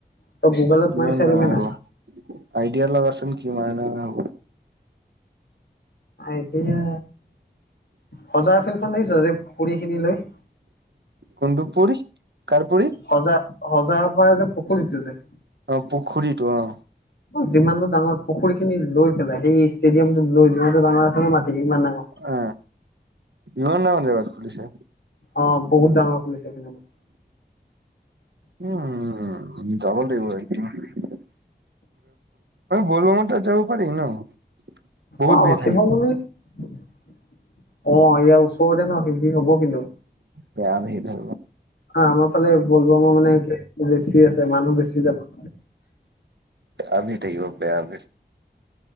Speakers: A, on the left; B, on the right.
A: তই গুগলত
B: কিমান
A: মাৰি চাই
B: ডাঙৰ
A: লবি না
B: হ'ব আইডিয়া লগাচোন কিমানঙ হ'ব।
A: এতিয়া সজাৰ ফিল্খন লিছ পুখুৰী খিনি লৈ
B: কুন্দুপুৰ, কাৰপৰি
A: সজা, সজাৰ পৰা যে পুখুৰীতটো যে
B: অ, পুখুৰীটো অ'।
A: অ, যিমান টো ডাঙৰ পুখী খিনি লৈ পেলাই সেই ষ্টেডিয়ামত লৈ যিমানটোোঙৰ আছে নে মাটি ইমান ডাঙৰ
B: অ, মন নামান জগাত খুলিছে।
A: অ, বহুত ডাঙৰ খুলিছে চিনেমা।
B: উম, উ, যাব দাগিব একদম। <unintelligible> বলব মাৰ যাব পাৰি ন। বহুত
A: অ,
B: ভিৰ
A: শিৱ
B: থাকিব
A: মুলি অ, ইয়াৰ ওচৰতে ন শি হ'ব খিলো।
B: বেয়ামি সেইটো।
A: হয় আমাৰ ফালে বলবম মানে বেছি আছে মানুহ বেছি যাব।
B: আমি থাকিব বেয়াম